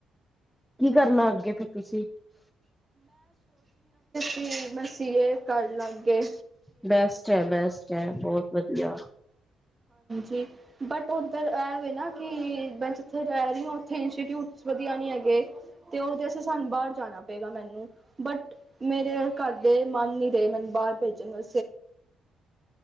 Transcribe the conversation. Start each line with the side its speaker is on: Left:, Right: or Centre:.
Centre: ਕੀ ਕਰਨਾ ਅੱਗੇ ਫਿਰ ਤੁਸੀਂ।
Right: ਫ ਮੈਂ ਸੀਏ ਕਰ ਲਾਗੇ
Centre: ਬੈਸਟ ਹੈ ਬੈਸਟ ਹੈ ਬਹੁਤ ਵਧੀਆ।
Right: ਜ ਬਟ ਉੱਧਰ ਇਹ ਵੇ ਨਾ ਕਿ ਮੈਂ ਜਿੱਥੇ ਰਹਿ ਰਹੀ ਹ ਉੱਥੇ ਇੰਸਟੀਊਟਸ ਵਧੀਆ ਨਹੀਂ ਹੈਗੇ। ਤੇ ਉਹਦੇਸਂ ਸਾਨੂੰ ਬਾਹਰ ਜਾਣਾ ਪਗਾ ਮੈਨੂੰ ਬਟ ਮੇਰੇ ਘਰ ਦੇ ਮਨ ਨ ਰਹੇ ਮੈਨੂੰ ਬਾਹਰ ਭੇਜਣੇ